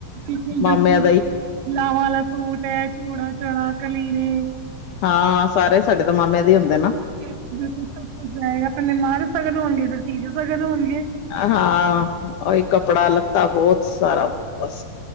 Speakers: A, on the right; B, on the left.
A: ਬਿਲਕੁਲ
B: ਮਾਮਿਆਂ
A: ਬਿਲਕੁਲ
B: ਦਾ ਹੀ।
A: ਲਾਵਾਂ ਵਾਲਾ ਸੂਟ ਐ, ਚੂੜਾ ਚਾੜਾ ਕਲੀਰੇ।
B: ਹਾਂ, ਸਾਰੇ ਸਾਡੇ ਤਾਂ ਮਾਮਿਆਂ ਦੇ ਹੁੰਦੇ ਨਾ।
A: ਬਿਲਕੁਲ ਸਭ ਕੁੱਝ ਜਾਏਗਾ, ਪਹਿਲਾਂ ਮਾਂ ਦੇ ਸ਼ਗਨ ਹੋਣਗੇ, ਫੇਰ ਧੀ ਦੇ ਸ਼ਗਨ ਹੋਣਗੇ।
B: ਹਾਂ, ਉਹੀ ਕੱਪੜਾ ਲਿੱਤਾ ਬਹੁਤ ਸਾਰਾ, ਬਸ